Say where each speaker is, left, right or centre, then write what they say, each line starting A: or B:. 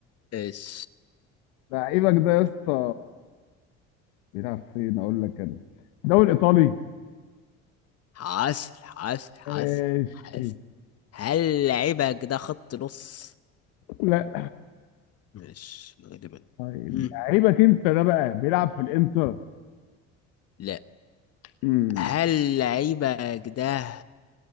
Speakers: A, on the left (about 45°); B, on the left (about 75°).
A: ايش
B: لعيبك ده يا اسطى بيلعب فين اقول لك انا الدوري الايطالي
A: حاس حاس حاس
B: ماشي
A: حاس هل لعيبك ده خط نص؟
B: لا
A: مش غالبا
B: طيب
A: م.
B: لعيبك انت ده بقى بيلعب في الانتر
A: لا
B: امم
A: هل لعيبك ده